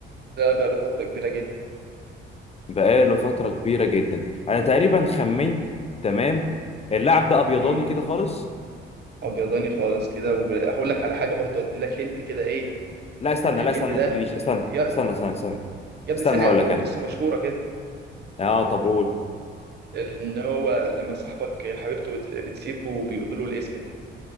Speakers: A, on the right (about 55°); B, on the left (about 30°).
A: ده بقى له فترة كبيرة جدا
B: بقاله فترة كبيرة جدا انا تقريبا خمنت تمام اللاعب ده ابيضاني
A: امم
B: كده خالص
A: ابيضاني خالص كده وهقول لك على حاجة برضو ادي لك هنت كده ايه
B: لا استنى
A: الهنت
B: لا استنى ما
A: ده
B: تدينيش استنى
A: يا
B: استنى استنى استنى
A: يا ابني
B: استنى
A: ثانية
B: هقول لك
A: هو
B: انا
A: قصة مشهورة كده
B: اه طب قول
A: ان هو لما صاحبك حبيبته بت- بتسيبه وبيقولوا له الاسم ده